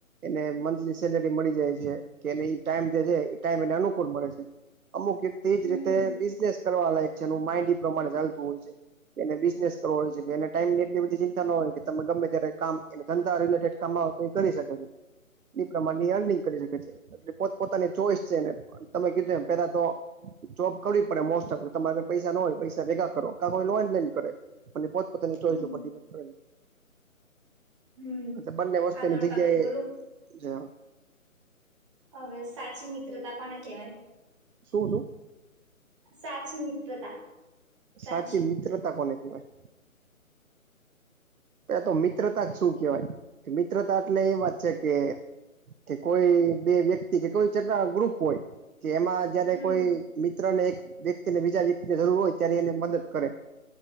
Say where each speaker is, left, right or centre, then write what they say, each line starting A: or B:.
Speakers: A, on the right (about 80°); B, on the right (about 20°).
A: એને મ સેલેરી મળી જાય છે કે એને એ ટાઈમ દે છે એ ટાઈમ એને અનુકૂળ મળે છે, અમુક તેજ
B: હમ
A: રીતે બિઝનેસ કરવા લાયક છે એનું માઇન્ડ એ પ્રમાણે ચાલતું હોય છ. એને બિઝનેસ કરવો હોય છે એને ટાઈમ ની એટલી બધી ચિંતા ના હોય કે તમે ગમે ત્યારે કામ એને ધંધા રિલેટેડ કામ આવ તો હોય એ કરી શકે છે. ઈ પ્રમાણની અર્નિંગ કરી શકે છે, એ પોત પોતાની ચોઈસ છે ને તમે કીધું એમ પેલા તો જોબ કરવી પડે મોસ્ટ ઓફ તમારે પૈસા ના હોય પૈસા ભેગા કરો કા લોન લ ઈ ને કરે. ને પોત પોતાની ચોઈસ
B: હમ
A: ઉપર થી કરે.
B: હમ
A: અટલે બંને વસ્તુની
B: આગળનો
A: એની
B: ટોપિક
A: જગ્યા
B: બોલું
A: એ છે
B: હવે સાચી મિત્રતા કોને કવાય
A: શું શુ
B: સાચી મિત્રતા ફ્રેન્ડશીપ
A: સાચી મિત્રતા કોને કેવાય એ તો મિત્રતા જ શું કેહેવાય મિત્રતા એટલે એ વાત છે કે કે કોઈ બે વ્યક્તિ કે કોઈ ચા ગ્રુપ હોય કે એમાં જયારે
B: હમ
A: કોઈ મિત્ર ને એક વ્યક્તિને બીજા વ્યક્તિની જરૂર હોય ત્યારે એને મદદ કરે.